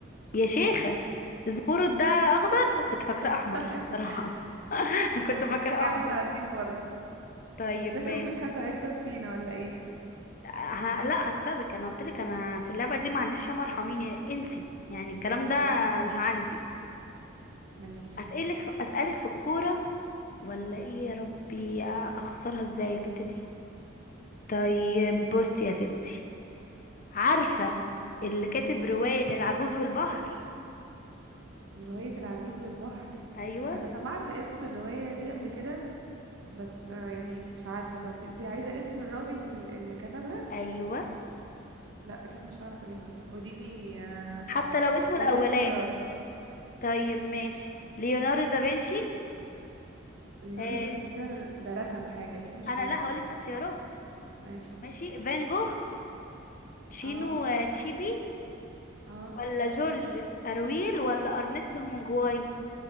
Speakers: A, on the left; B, on the right.
A: يا شيخة الزمرد ده أخضر كنت فاكراه أحمر
B: <laughs>
A: صراحة <laughs>
B: ماشي
A: كنت فاكراه
B: احنا كده
A: أحمر
B: متعادلين برضه
A: طيب
B: شكله
A: ماشي
B: مفيش حد هيكسب فينا ولا ايه
A: ه... لا هكسبك أنا قلت لك أنا في اللعبة دي ما عنديش شمر ارحميني انسي يعني الكلام ده
B: طيب
A: مش عندي
B: ماشي
A: أسألك أسألك في الكورة ولا إيه يا ربي أخسرها إزاي البت دي طيب بص يا ستي عارفة اللي كاتب رواية العجوز والبحر
B: رواية العجوز والبحر
A: أيوة
B: انا سمعت اسم الرواية دي قبل كده بس آه، يعني مش عارفة طب انتي عايزة اسم الراجل اللي كتبها
A: أيوة
B: لا اكيد مش هعرف اجيبها قوليلي آه،
A: حتى لو اسمه
B: قوليلي
A: الأولاني
B: اختيارات
A: طيب ماشي ليوناردو دافنشي
B: ليوناردو
A: آه
B: دافنشي ده ده رسم حاجة اكيد مش
A: أنا
B: هو
A: لا هقولك اختيارات
B: ماشي
A: ماشي فان جوخ تشينو
B: اه
A: آه، تشيبي
B: اه
A: ولا جورج أرويل ولا أرنست هومنجواي